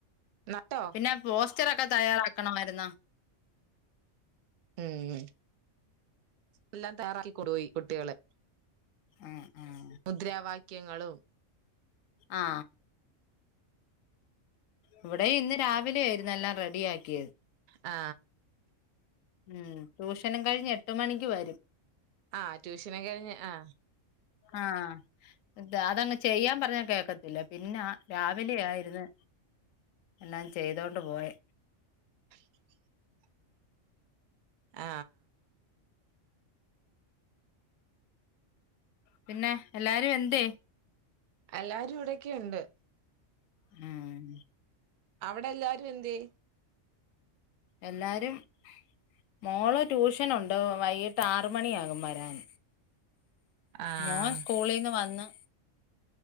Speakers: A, on the right; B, on the left.
A: നട്ടോ?
B: പിന്നെ പോ ച്ചറൊക്കെ തയ്യാറാക്കണമായിരുന്നോ
A: ഉം എല്ലാം തയ്യാറാക്കികൊടുയി കുട്ടികള്
B: ഉം ഉം
A: മുദ്രാവാക്യങ്ങളും
B: ആ ഇവിടെ ഇന്ന് രാവിലെ ആയിരുന്ന് എല്ലാം റെഡി ആക്കിയത്
A: ആ
B: ഉം ട്യൂഷനും കഴിഞ്ഞ് എട്ട് മണിക്ക് വരും
A: ആ ട്യൂഷനൊക്കെ കഴിഞ്ഞ് ആ
B: ആ ഇത അതങ്ങ് ചെയ്യാൻ പറഞ്ഞാ കേക്കത്തില്ല പിന്നാ രാവിലെ ആയിരുന്നു എല്ലാം ചെയ്തോണ്ട് പോയെ
A: <inaudible> ആ
B: പിന്നെ എല്ലാരും എന്തെ
A: എല്ലാരും ഇവിടൊക്കെ ണ്ട്
B: ഉം
A: അവിടെ എല്ലാരും എന്ത്യെ
B: എല്ലാരും മോള് ട്യൂഷനുണ്ട് വൈകിട്ട് ആറ് മണിയാകും വരാൻ
A: ആഹ്
B: മോൻ സ്കൂളീന്ന് വന്നു